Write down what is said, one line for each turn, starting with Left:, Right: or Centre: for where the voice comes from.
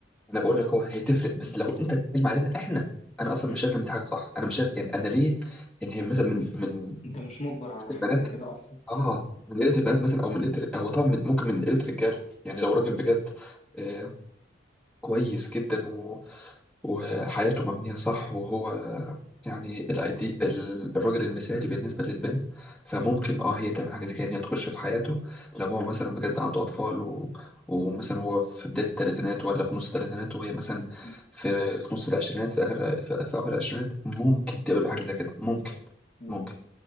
Centre: انا بقول لك هو هي تفرق بس
Left: مم.
Centre: لو انت بتتكلم علينا احنا انا اصلا
Left: مم.
Centre: مش شايف ان دي حاجه صح انا مش شايف يعني انا ليه يعني هي مثلا من من
Left: انت مش مجبر على
Centre: البنات
Left: حاجة زي كده اصلا
Centre: اه
Left: مم.
Centre: من قله البنات مثلا او من قله هو طبعا من- ممكن من قله الرجاله يعني لو راجل
Left: مم.
Centre: بجد آه كويس جدا وحياته مبنية صح وهو يعني الايدي الراجل المثالي بالنسبة للبنت فممكن اه هي تعمل حاجة زي كده ان هي تخش في حياته لو هو مثلا بجد عنده اطفال و... ومثلا هو في بداية الثلاثينات ولا في نص الثلاثينات وهي مثلا
Left: مم.
Centre: في في نص العشرينات في اخر في, في اخر العشرينات ممكن تقبل بحاجة زي كده ممكن
Left: مم.
Centre: ممكن